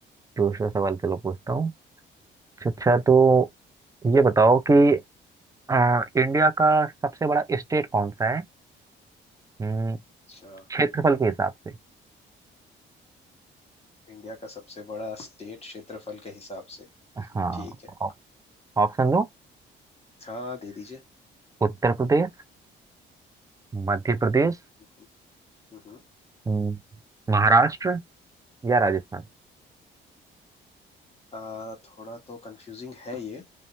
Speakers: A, on the right; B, on the left.
A: दूसरा सवाल चलो पूछता हूँ अच्छा अच्छा, तो ये बताओ कि अ, इंडिया का सबसे बड़ा स्टेट कौन सा है हम्म,
B: अच्छा
A: क्षेत्रफल के हिसाब से
B: इंडिया का सबसे बड़ा स्टेट क्षेत्रफल के हिसाब से
A: हाँ
B: ठीक है
A: ऑ- ऑप्शन दो
B: हाँ दे दीजिए
A: उत्तर प्रदेश मध्य प्रदेश
B: हम्म, हम्म। हम्म।
A: हम्म, महाराष्ट्र या राजस्थान
B: आ, थोड़ा तो कंफ्यूजिंग है ये